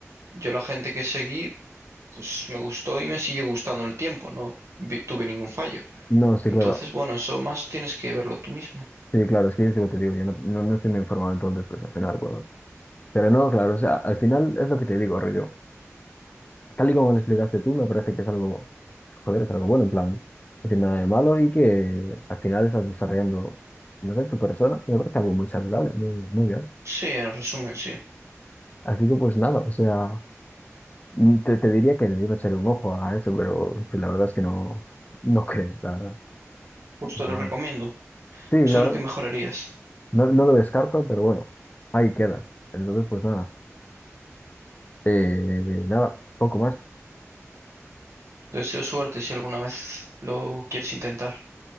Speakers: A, on the right; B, on the left.
A: Yo la gente que seguí, pues me gustó y me sigue gustando en el tiempo, no vi- tuve ningún fallo.
B: No, sí,
A: Entonces,
B: claro.
A: bueno, eso más tienes que verlo tú mismo.
B: Sí, claro, es que yo te digo, te digo, yo no, no, no estoy muy informado entonces, porque al final, pues, bueno. Pero no, claro, o sea, al final es lo que te digo, rollo. Tal y como lo explicaste tú, me parece que es algo, joder, es algo bueno, en plan, no tiene nada de malo y que al final estás desarrollando, no sé, tu persona, me parece algo muy saludable, muy, muy bien.
A: Sí, en resumen, sí.
B: Así que pues nada, o sea. Mm, Te, te diría que le iba a echar un ojo a eso, pero la verdad es que no, no creo, la verdad.
A: Pues te
B: Pero
A: lo recomiendo.
B: bueno, Sí,
A: Seguro
B: la verdad,
A: que mejorarías.
B: no, no lo descarto, pero bueno, ahí queda. Entonces, pues nada, eh, nada, poco más.
A: Te deseo suerte si alguna vez lo quieres intentar.